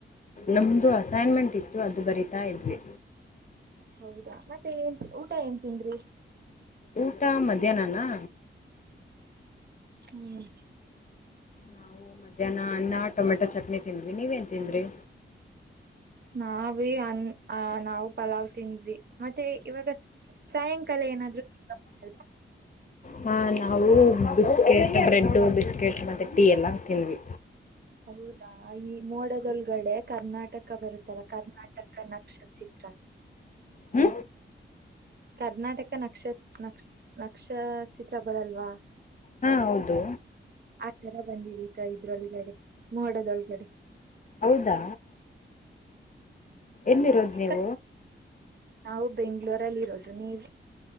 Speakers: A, on the left; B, on the right.
A: ನಮ್ದು ಅಸೈನ್ಮೆಂಟ್ ಇತ್ತು ಅದು ಬರಿತಾ ಇದ್ವಿ.
B: ಹೌದಾ ಮತ್ತೆ ಏನ್ ಊಟ ಏನ್ ತಿಂದ್ರಿ.
A: ಊಟ ಮಧ್ಯಾಹ್ನನನಾ.
B: ಹ್ಮ್
A: ನಾವು ಮಧ್ಯಾಹ್ನ ಅನ್ನ ಟೊಮೆಟೊ ಚಟ್ನಿ ತಿಂದ್ವಿ ನೀವೇನ್ ತಿಂದ್ರಿ.
B: ನಾವೇ ಅ ನಾವು. ಪಲಾವ್ ತಿಂದ್ವಿ ಮತ್ತೆ ಇವಾಗ ಸಾಯಂಕಾಲ ಏನಾದ್ರು ತಿನ್ನೋ
A: ಹಾ ನಾವು ಬಿಸ್ಕೆಟ್ ಬ್ರೆಡ್ಡು ಬಿಸ್ಕೆಟ್ ಮತ್ತೆ ಟೀ ಎಲ್ಲ ತಿಂದ್ವಿ.
B: ಹೌದಾ ಈ ಮೋಡದೊಳಗಡೆ ಕರ್ನಾಟಕ ಬರುತ್ತಲ್ಲ ಕರ್ನಾಟಕ ನಕ್ಷತ್ರ. ಚಿತ್ರ.
A: ಹೂ
B: ಕರ್ನಾಟಕ ನಕ್ಷ, ನಕ್ಷ ನಕ್ಷಚಿತ್ರ ಬರಲ್ವಾ.
A: ಹಾಂ ಹೌದು
B: ಆ ತರ ಬಂದಿದೆ ಕ ಇದ್ರೊಳಗಡೆ ಮೋಡದ್ರೊಳಗಡೆ.
A: ಹೌದಾ ಎಲ್ಲಿರೋದ್
B: ನಿಮ್
A: ನೀವು.
B: ಕ ನಾವು ಬೆಂಗಳೂರಲ್ಲಿ ಇರೋದು ನೀವು.